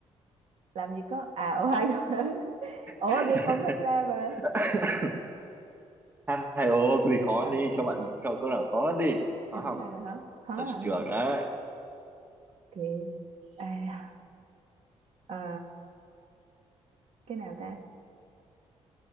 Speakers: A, on the right; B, on the right.
A: Làm gì có à ủa hai <laughs> Ủa
B: <laughs>
A: ghi công thức ra mà.
B: <coughs> H2O cái gì khó
A: Ok,
B: đi cho bạn cho câu nào khó hơn đi hóa
A: chấm
B: học
A: ra rồi hả? Khó
B: ở
A: hơn
B: trường
A: hả?
B: đấy
A: Ok. À, ờ, cái nào ta?